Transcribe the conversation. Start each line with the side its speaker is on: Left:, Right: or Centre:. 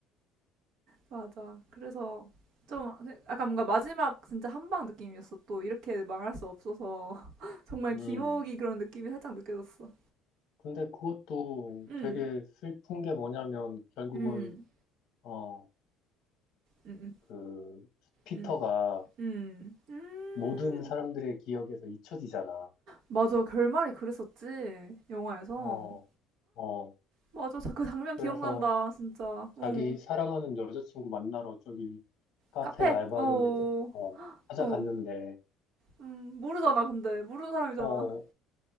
Right: 맞아. 그래서 좀 약간 뭔가 마지막 진짜 한방 느낌이었어. 또 이렇게 망할 수 없어서 <laughs> 정말
Left: <laughs>
Right: 기모기
Left: 음
Right: 그런 느낌이 살짝 느껴졌어.
Left: 근데 그것도
Right: 음,
Left: 되게 슬픈 게 뭐냐면 결국은
Right: 음,
Left: 어
Right: 음,
Left: 그 피터가
Right: 음, 음, 음.
Left: 모든 사람들의 기억에서 잊혀지잖아.
Right: 맞아. 결말이 그랬었지. 영화에서.
Left: 어 어.
Right: 맞아. 자- 그 장면
Left: 그래서
Right: 기억난다. 진짜.
Left: 자기
Right: 어.
Left: 사랑하는 여자친구 만나러 저기 카페
Right: 카페.
Left: 알바하는데
Right: 어.
Left: 차- 어, 찾아갔는데
Right: 어. 음, 모르잖아. 근데 모르는 사람이잖아.
Left: 어,